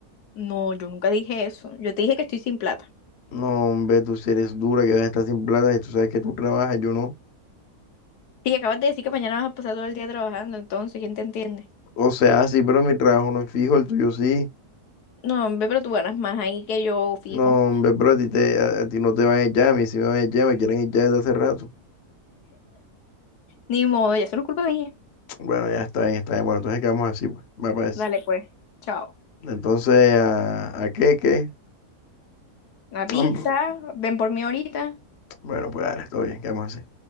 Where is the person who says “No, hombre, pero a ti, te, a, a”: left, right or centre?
Left